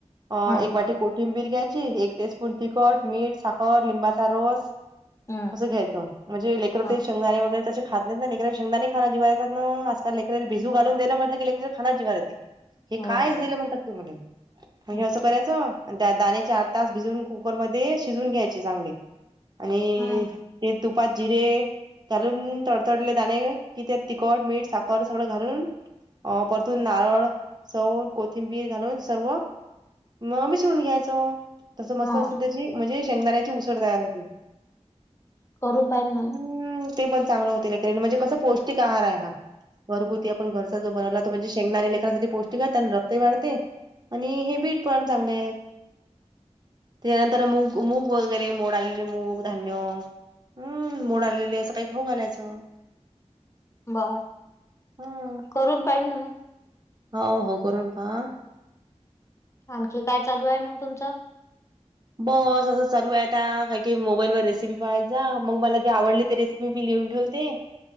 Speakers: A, on the right; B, on the left.
A: अं
B: हा
A: एक वाटी कोथि कोथिंबीर घ्यायची एक टी स्पून तिखट मीठ साखर लिंबाचा रस.
B: हम्म
A: असं घ्यायचं म्हजे लेकरं
B: हा.
A: ते शेंगदाणे वगैरे त्याचे खात नाईत ना लेकराले शेंगदाणे खानं जिवावर येतात ना ओ, आजकाल लेकराले भिजू घालून दिलं म्हटलं की ले खायला जीवावर येते, हे
B: हो
A: कायच
B: हो
A: दिलं म्हणतात तु मले. अन्
B: हम्म.
A: हे असं करायचं आणि त्यात दाणे चार तास भिजून कुकरमध्ये शिजून घ्यायचे चांगले. आणि
B: हम्म.
A: ते तुपात जिरे घालून तडतडले दाणे कि त्यात तिखट, मीठ, साखर सगळं घालून हा परतून नारळ, सौ, कोथिंबीर घालून सर्व <inaudible> मग मिसळून घ्यायच. तसं मस्त
B: हा
A: असं त्याची म्हणजे शेंगदाण्याची उसळ तयार होते.
B: करून पाहिल ना
A: हम्म
B: मग.
A: ते पण चांगल होते म्हणजे <unintelligible> कसं पौष्टिक आहार आहे हा घरगुती आपण घ तर जो म्हणाला म्हणजे शेंगदाने लेकसाठी पौष्टिक आहे आणि रक्तही वाढते आणि हे बीट पण चांगले आहे. त्याच्यानंतर मूग, मूग वगैरे मोड आलेले मूग, धान्य हम्म मोड आलेली असं काही खऊ घालायचं.
B: बर <inaudible>
A: हम्म
B: करून पाहिल ना मग.
A: हो हो करून पहा.
B: आणखी काय चालू आहे मग तुमचं?
A: बस असं चालू आहे आता काय की मोबाईल वर रेसिपी पाहायचा मग मला ते आवडली ते रेसिपी मी लिहून ठेवते.